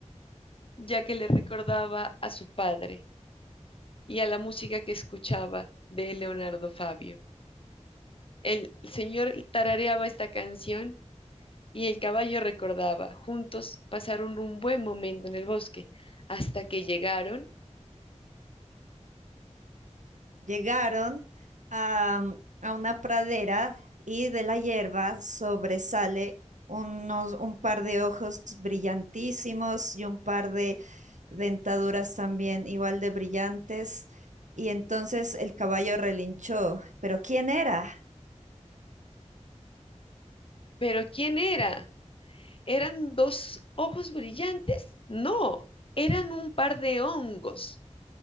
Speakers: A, on the left (about 45°); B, on the right (about 80°).
A: ya que le recordaba a su padre y a la música que escuchaba de Leonardo Fabio. El señor tarareaba esta canción y el caballo recordaba. Juntos pasaron un buen momento en el bosque hasta que llegaron.
B: Llegaron a, mm, a una pradera y de la hierba sobresale unos, un par de ojos brillantísimos y un par de dentaduras también igual de brillantes. Y entonces el caballo relinchó. ¿Pero quién era?
A: Pero ¿quién era? ¿Eran dos ojos brillantes? No, eran un par de hongos.